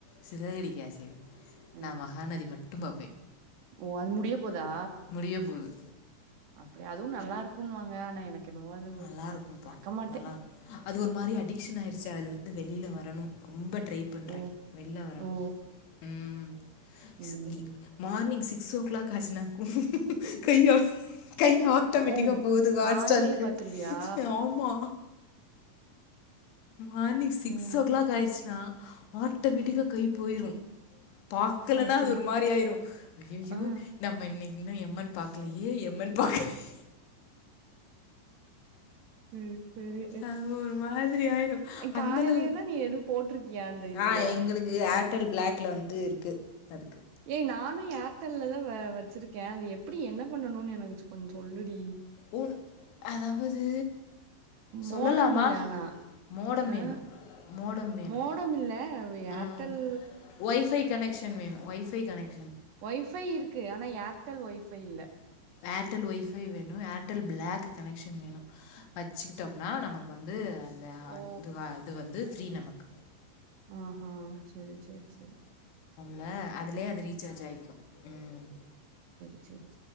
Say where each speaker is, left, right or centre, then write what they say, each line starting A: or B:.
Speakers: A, on the left; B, on the right.
A: சிரகடிக்கு ஆசை
B: ஆ
A: நா மகாநதி மட்டு பாப்பே
B: ஓ அது முடிய போதா
A: முடிய போகுது
B: அப்டி அதுவு நல்லாருக்கும்ன்னு வாங்க ஆனா எனக்கு என்னவோ அது
A: நல்லாருக்கும்ப்பா
B: பா பாக்க மாட்டே
A: நல்லாருக்கு அது ஒரு மாரி அடிக்ஷன் ஆயிருச்சு அதுலருந்து வெளியில வரணு ரொம்ப ட்ரை பண்ணுறே
B: ஓ
A: வெள்ல வரணு
B: ஓ
A: ம் சி
B: ம்
A: இ மார்னிங் சிக்ஸ் ஓ கிளாக் காசினா கய்யா கை ஆட்டோமேட்டிக்க
B: ஓ
A: போகுது காஹட்
B: காலையிலயே
A: ஸ்டாருக்கு
B: பாத்துருவியா
A: ஆமா மார்னிங் சிக்ஸ்
B: ம்
A: ஓ கிளாக் ஆயிருச் ச்சினா ஆட்டோமேட்டிக்காக கை போயிரு பாக்கலைனா
B: அப்டி
A: அது ஒரு மாரி ஆயிரு ஜயயோ
B: ஆ
A: நம்ம இன்னைக் இன்னு எம்மன் பாக்கலயே எம்மன் பாக்கலயே
B: சரி சரி
A: அது ஒரு மாதிரி ஆயிரு
B: அ காலையிலனா
A: அந்தளவ்
B: நீ எதுவு போட்டிருக்கியா அந்த இதுல
A: ஆ எங்களுக்கு ஏர்டெல் பிளாக் குல வந்து இருக்கு அதுக்கு
B: ஏனா நானு ஏர்டெல்லதா வ வச்சிருக்கே அது எப்டி என்ன பண்ணணுனு எனக்கு கொஞ்ச சொல்லுடி
A: உம் அதாவது சொல்லலாமா
B: மோடம் இல்ல ஆனா
A: மோடம்
B: ஆ
A: வேணு மோடம் வேணு
B: மோடம் இல்ல ஏர்டெல்
A: ம் ஒய்பை கனெக்ஷன் வேணு ஒய்பை <unintelligible>
B: ஒய்பை இருக்கு ஆனா ஏர்டெல் ஒய்ப் இப்ப இல்ல
A: ஏர்டெல் ஒய்ஃபை வேணு ஏர்டெல் பிளாக் கனெக்ஷன் வேணு வச்சுக்கிட்டோம்னா நமக்கு வந்து அந்த ஹாட்
B: ஓ
A: இது இது வந்து ஃப்ரி நமக்கு
B: ஆஹா சேரி சேரி சேரி
A: ல அ அதுலே அது ரீசார்ஜ் ஆய்க்கு ம்
B: சேரி